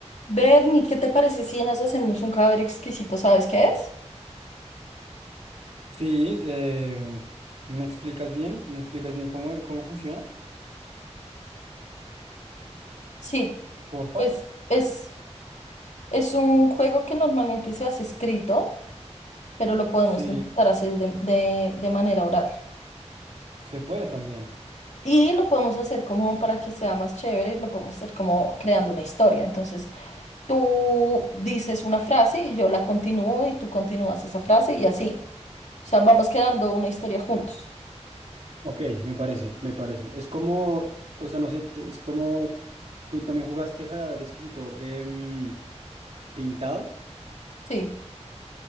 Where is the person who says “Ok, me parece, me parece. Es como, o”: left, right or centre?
Right